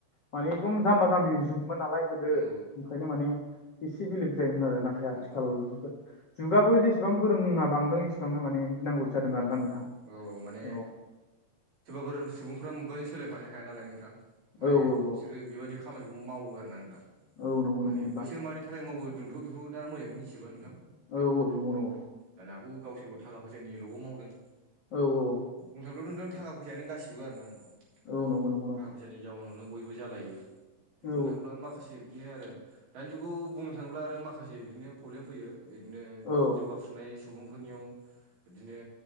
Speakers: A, on the left; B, on the right.
A: माने एकदम जाम्बा जाम्बि जुगमोन नालाय गोदो
B: औ
A: खायनो माने एसे बेलेक जायोमोन आरो नाथाय आथिखाल
B: औ
A: जुगाबो जेसेबां फोरोङा बांदों एसेबांनो माने गिनांगौसो जादों
B: औ
A: आरोना नोंथां
B: औ माने
A: औ
B: सोरबाफोर सुबुंफ्रा मुगाजों सोलायफानो हाया नालाय नोंथां
A: औ
B: माने
A: औ
B: बिसोरो बेबायदि खामानिखौ मावो आरोना नोंथां
A: औ नंगौ
B: माने
A: नंगौ नोंथां
B: बैसोर मानि थाखाय मावो जोथ' बेखौ दा मोजाङै मिथिबाङा नोंथां
A: औ औ नंगौ नंगौ
B: दानाखौ गावसोरबो थाखा फैसानिल'बो मावदों
A: औ औ
B: बुंथांब्ला नोंथां थाखाैायानो गासिबो आरो ना नोंथां
A: औ नंगौ नंगौ नोंथां
B: थाखा फैसानि जाउनावनो बयबो जालायो
A: औ
B: बुंनो थाङोब्ला माखासे बिदिनो आरो दानि जुगाव बुंनो थाङोब्ला आरो माखासे बिदिनो प्रब्लेम फैयो ओरैनो
A: औ
B: जौगा फुनाय सुबुंफोरनियाव बिदिनो